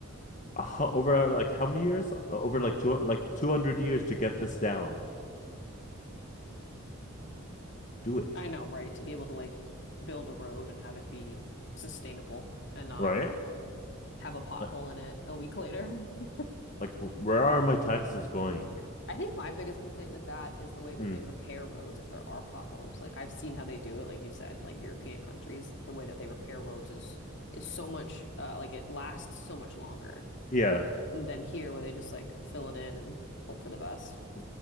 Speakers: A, on the left; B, on the left.
A: a, hu- over like how many years? Over like two like 200 years to get this down. Do it,
B: I know, right? To be able to like build a road and have it be sustainable and not
A: right?
B: have a pothole
A: Like,
B: in it a week later. <laughs>
A: like where are my taxes going?
B: I think my biggest complaint with that is the way that
A: Mm,
B: they repair roads if there are potholes. Like I've seen how they do it, like you've said, like European countries, the way that they repair roads is is so much uh, like it lasts so much longer
A: yeah.
B: than here where they just like fill it in and hope for the best.